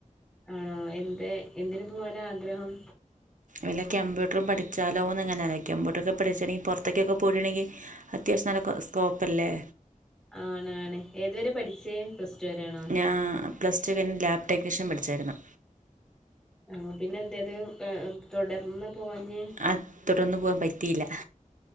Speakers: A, in the centre; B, on the right (about 70°).
A: ആണോ എന്ത എന്ന് പോവാനാ ആഗ്രഹം
B: അല്ല കമ്പ്യൂട്ടർ പഠിച്ചാലോന്ന്ങ്ങനെയല്ലേ കമ്പ്യൂട്ടറൊക്കെ പഠിച്ചാലോ ന്നുങ്ങനെ ആലോചിക്ക കമ്പ്യൂട്ടർ പുറത്തേക്കൊക്കെ പോയിട്ടുണ്ടങ്കിൽ അയാവശ്യംനല്ല എ സ്കോപ്പല്ലേ
A: ആണണ് ഏതുവരെ പഠിച്ചേ പ്ലസ് ടു വരെയാണോ ആണോ
B: ഞാാന് പ്ലസ് ടു കഴിഞ്ഞഞ് ലാപ് ടെക്നീഷ്യൻ പഠിച്ചായിരുന്നു
A: ആഹ പിന്നെ എന്തായത് തുടർന്ന് പോവാഞ്ഞേ
B: ആ തുടന്നു പോവാൻ പറ്റിയില്ല